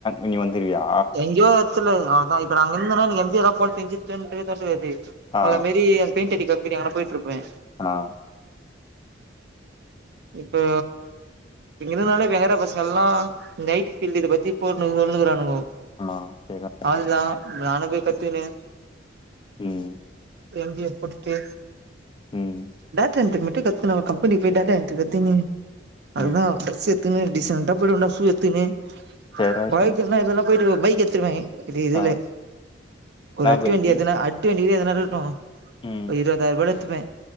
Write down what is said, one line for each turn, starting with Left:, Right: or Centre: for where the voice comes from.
Left: இங்கவந்திருவியா
Right: எங்கேயோ எத்துல அவதா இப்ப நா அங்க இருந்தனா எனக்கு எம்பிரா போஞ்சிட்டு <unintelligible>
Left: ஆ
Right: உங்கள மேரி பெயிண்ட் அடி கம்பனி அங்கன போயிடுருப்பேன்
Left: ஆ
Right: இப்போ ங்க இருந்தாலே விளையாடுர பசங்க எல்லாம் நைட் பீல்டு இத பத்தி போட்டு சொல்லுங்கிறானுங்க
Left: ஆ செரி டா
Right: அவளோ தா நானும் போய் பத்துகினு
Left: ம்
Right: எம் எ போட்டுட்டு
Left: ம்
Right: டாடா என்ட் மட்டும் கத்துனு கம்பெனி போய் டாடன் கத்துனு
Left: ம்
Right: அவளோ தா டிரெஸ் எடுதுன்னு டிசெண்டா போய்டுவடா ஷு எடுதுன்னு
Left: சரிடா விஷ்ணு
Right: பழைக்குன இதெல்லா போயிட்டு பைக் எத்துடுவே இப்ப இது
Left: ஆ
Right: இல்ல ஒரு
Left: நான்
Right: அட்டுவண்டி
Left: பைக்கி
Right: எத்தன அட்டு வண்டி எத்தன இருக்கு
Left: ம்
Right: ஒரு இருவதாயிர ரூபால எடுத்துபே